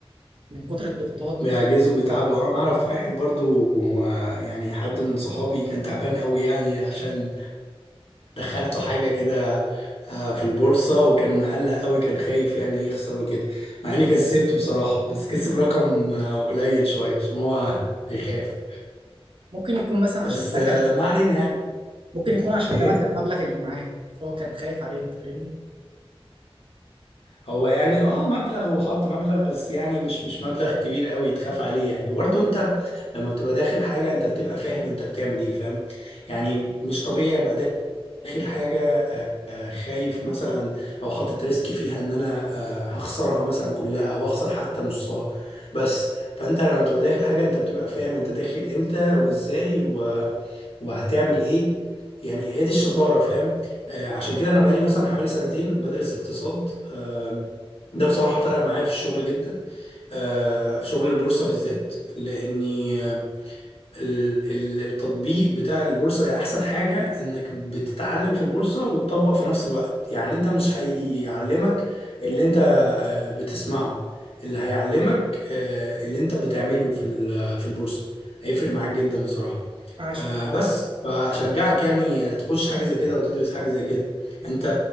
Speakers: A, on the right; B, on the left.
A: من كتر الضغوطات
B: بيعجزوا
A: والجوع
B: بيتعبوا انا اعرف واحد برضو هو يعني حد من صحابي كان تعبان قوي يعني عشان دخلته حاجة كده آه في البورصة وكان مقلق قوي كان خايف يعني يخسر وكده مع اني كسبته بصراحة بس كسب رقم آه قليل شوية عشان هو بيخاف
A: ممكن يكون مثلا عشان
B: بس
A: ده
B: آه،
A: كان
B: ما علينا يعني
A: ممكن يكون عشان
B: ايه
A: ده مثلا المبلغ اللي معاه فهو كان خايف عليه انت فاهمني
B: هو يعني اه مبلغ هو حط مبلغ بس يعني مش مش مبلغ كبير قوي تخاف عليه يعني وبرضه انت لما بتبقى داخل حاجه انت بتبقى فاهم انت بتعمل ايه فاهم يعني مش طبيعي ابقى داخل حاجه آه، خايف مثلا او حاطط ريسك فيها ان انا آه، هخسرها مثلا كلها او اخسر حتى نصها بس فانت لما بتبقى داخل حاجه انت بتبقى فاهم انت داخل امتى وازاي و... وهتعمل ايه يعني هي دي الشطاره فاهم آه، عشان كده انا بقالي مثلا حوالي سنتين بدرس اقتصاد آه، ده بصراحه فرق معايا في الشغل جدا آه، في شغل البورصه بالذات لاني آه، ال- ال- التطبيق بتاع البورصة هي أحسن حاجة إنك بتتعلم في البورصة وتطبق في نفس الوقت يعني أنت مش هيعلمك اللي أنت آه، بتسمعه اللي هيعلمك آه، اللي أنت بتعمله في ال- في البورصة هيفرق معاك جدا بصراحة
A: عاش
B: آه،
A: والله
B: بس فأشجعك يعني تخش حاجة زي كده وتدرس حاجة زي كده أنت